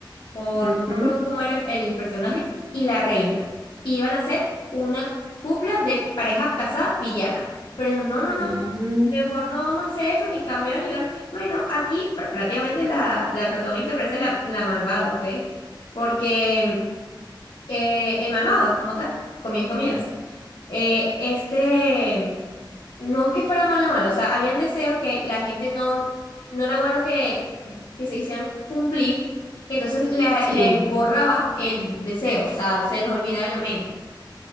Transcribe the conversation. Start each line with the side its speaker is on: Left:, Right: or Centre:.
Left: O
Right: ujú,
Left: no me acuerdo cómo era el, el personaje, y la reina. Y iban a ser una cupla de pareja casada villana. Pero dijo, no, no, no,
Right: ah,
Left: mejor no vamos a hacer eso. Y cambiaron y dijeron, bueno, aquí pr- prácticamente la, la protagonista parece la, la malvada, ¿ok? Porque eh, el malvado, como tal, comías, comías eh, este, no es que fuera malo o malo, o sea, habían deseos que la gente no, no era bueno que, que se hicieran cumplir, entonces le-
Right: sí,
Left: les borraba el deseo, o sea, se los olvidaba en la mente.